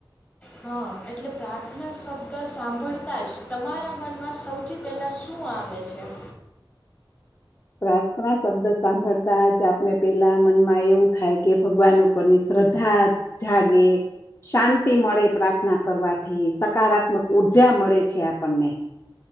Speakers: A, on the left; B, on the left.
A: હા એટલે પ્રાર્થના શબ્દ સાંભળતા જ તમારા મનમાં સૌથી પહેલા શું આવે છે
B: પ્રાર્થના શબ્દ સાંભળતા જ આપને પેલા મનમાં એવું થાય કે ભગવાન ઉપરની શ્રદ્ધા જાગે શાંતિ મળે પ્રાર્થના કરવાથી સકારાત્મક ઉઊર્જા મળે છે આપણને